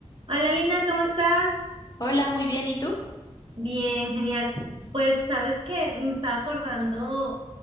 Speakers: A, on the right; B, on the left.
A: Hola Lina, ¿cómo estás?
B: Hola, muy bien. ¿Y tú?
A: Bien, genial. Pues sabes que me estaba acordando